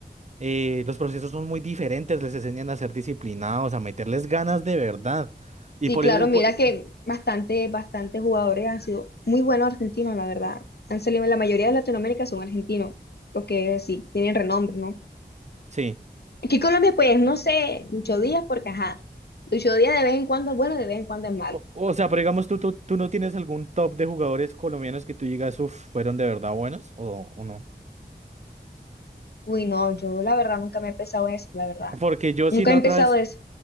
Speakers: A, on the right; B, on the left.
A: eh, los procesos son muy diferentes, les enseñan a ser disciplinados, a meterles ganas de verdad. Y
B: Sí,
A: por
B: claro,
A: eso,
B: mira
A: por-
B: que bastante, bastantes jugadores han sido muy buenos argentinos, la verdad. Han salido, la mayoría de Latinoamérica son argentinos, porque sí, tienen renombre, ¿no?
A: sí.
B: Aquí en Colombia, pues, no sé, Lucho Díaz, porque ajá, Lucho Díaz de vez en cuando es bueno, de vez en cuando es malo.
A: O, o sea, pero digamos, ¿tú, tú, tú no tienes algún top de jugadores colombianos que tú digas, uff, fueron de verdad buenos o, o no?
B: Uy, no, yo la verdad nunca me he pensado eso, la verdad.
A: Porque yo
B: Nunca
A: sí la
B: he empezado
A: otra vez,
B: eso.